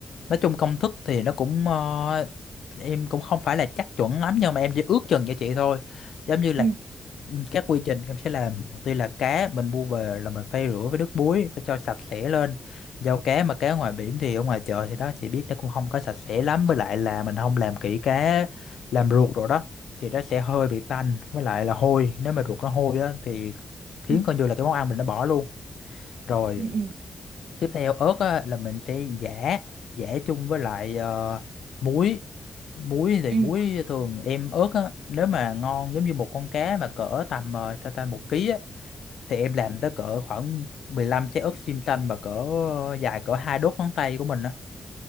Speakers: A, on the left; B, on the right.
A: nói chung công thức thì nó cũng ờ, em cũng không phải là chắc chuẩn lắm nhưng mà em chỉ ước chừng cho chị thôi giống như là
B: ừ
A: ừ, các quy trình em sẽ làm đầu tiên là cá mình mua về là mình phải rửa với nước muối phải cho sạch sẽ lên giao cá mà cá ngoài biển thì ở ngoài chợ thì đó chị biết nó cũng không có sạch sẽ lắm với lại là mình không làm kỹ cá làm ruột rồi đó thì nó sẽ hơi bị tanh với lại là hôi nếu mà ruột nó hôi á thì khiến
B: ừ
A: coi như là cái món ăn mình nó bỏ luôn rồi
B: ừ ừ
A: tiếp theo ớt á, là mình sẽ giã giã chung với lại ờ, muối muối thì
B: ừ
A: muối thường em ớt á, nếu mà ngon giống như một con cá mà cỡ tầm ờ, sao ta một ký á, thì em làm tới cỡ khoảng 15 trái ớt xiêm xanh mà cỡ ờ, dài cỡ hai đốt ngón tay của mình á